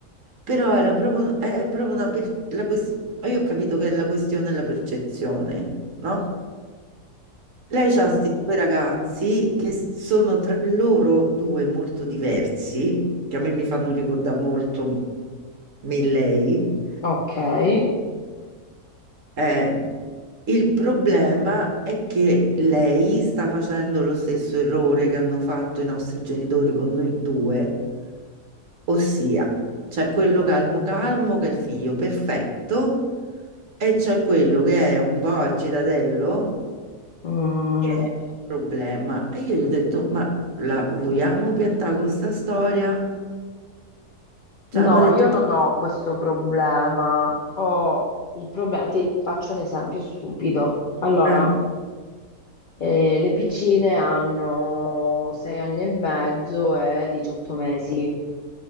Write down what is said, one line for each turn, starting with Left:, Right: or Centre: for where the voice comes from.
Right: però era proprio, è proprio una per- la ques- ah, io ho capito che è la questione della percezione, no? Lei ha questi due ragazzi che sono tra loro due molto diversi, che a me mi fanno ricordare molto me e lei,
Left: Ok. Eh.
Right: eh, il problema è che lei sta facendo lo stesso errore che hanno fatto i nostri genitori con noi due, ossia c'è quello calmo calmo che è il figlio perfetto e c'è quello che è un po' agitatello
Left: Mm.
Right: che è il problema. E io gli ho detto, ma la vogliamo piantare con questa storia? Cioè,
Left: No,
Right: ho detto,
Left: io non ho questo problema. Ho il problema, ti faccio un esempio stupido. Allora,
Right: eh,
Left: eh, le piccine hanno 6 anni e mezzo e 18 mesi.